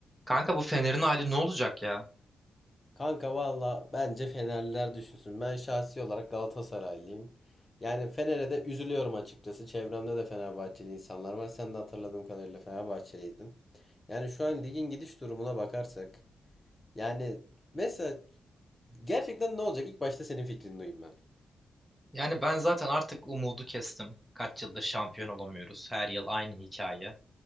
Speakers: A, in the centre; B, on the left.
A: Kanka bu Fener'in hali ne olacak ya?
B: Kanka valla bence Fenerliler düşünsün. Ben şahsi olarak Galatasaraylıyım. Yani Fener'e de üzülüyorum açıkçası. Çevremde de Fenerbahçeli insanlar var. Sen de hatırladığım kadarıyla Fenerbahçeliydin. Yani şu an ligin gidiş durumuna bakarsak. Yani mesela gerçekten ne olacak? İlk başta senin fikrini duyayım ben.
A: Yani ben zaten artık umudu kestim. Kaç yıldır şampiyon olamıyoruz. Her yıl aynı hikaye.